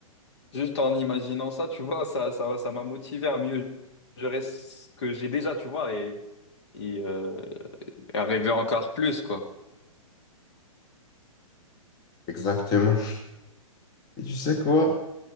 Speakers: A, on the left; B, on the left.
A: juste en imaginant ça, tu vois, ça, ça, ça m'a motivé à mieux gérer ce que j'ai déjà, tu vois, et, et, euh, et arriver encore plus, quoi.
B: Exactement. Et tu sais quoi?